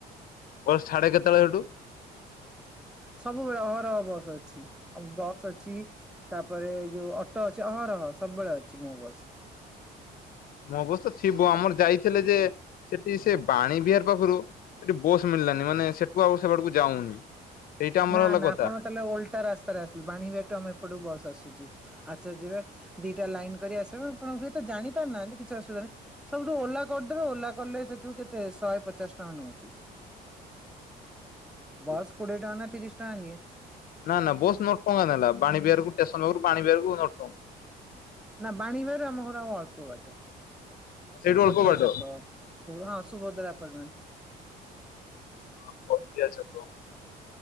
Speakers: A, on the left; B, in the centre.
A: ବସ୍ ‌ଛାଡ଼େ କେତେବେଳେ ହେଟୁ?
B: ସବୁବେଳେ ଅହରହ ବସ୍ ଅଛି ଆଉ ବସ୍ ଅଛି ତାପରେ ଏଇ ଯୋଉ ଅଟ ଅଛି ଅହରହ ସବୁବେଳେ ଅଛି ମୋ ବସ୍।
A: ମୋବସ୍ ତ ଥିବ ଆମର ଯାଇଥିଲେ ଯେ ସେଠି ସେ ବାଣୀ ବିହାର ପାଖରୁ। ସେଠି ବସ୍ ମିଳିଲାନି ମାନେ ସେଠୁ ଆଉ ସେ ପଟକୁ ଯାଉନି। ସେଇଟା ଆମର
B: ନାଁ,
A: ହେଲା
B: ନାଁ
A: କଥା
B: ଆପଣ ତାହେଲେ ଓଲଟା ରାସ୍ତାରେ ଆସିଲେ ବାଣୀବିହାର ଟୁ ଆମ ଏପଟକୁ ବସ୍ ଆସୁଛି। ଆଚାର୍ଯ୍ୟବିହାର ଦିଟା ଲାଇନ କରି ଆସିବ ଆପଣ ହୁଏତ ଜାଣିପାରୁ ନାହାଁନ୍ତି କିଛି ଅସୁବିଧା ନାହିଁ। ସବୁଠୁ ଓଲା କରିଦେବେ ଓଲା କଲେ ସେଠୁ କେତେ ଶହେ ପଚାଶ ଟଙ୍କା ନଉଛି।
A: ଅଡିଓ ନାହିଁ
B: ବସ୍ କୋଡ଼ିଏ ଟଙ୍କା ନା ତିରିଶ ଟଙ୍କା ନିଏ।
A: ନା ନା ବସ୍ ନ ଟଙ୍କା ନେଲା ବାଣିି ବିହାରକୁ ଟେସନ ପାଖରୁ ବାଣିିବିହାରକୁ ନ ଟଙ୍କା।
B: ନା ବାଣିବିହାର ରୁ ଆମ ଘର ଆଉ ଅଳ୍ପ ବାଟ
A: ସେଇଠୁ ଅଳ୍ପ
B: ପଟିଆ
A: ବାଟ
B: ଛକ। ସୁ ହଁ, ସୁଭଦ୍ରା ଅପାର୍ଟମେଣ୍ଟ।
A: ହଁ ପଟିଆ ଛକ‌।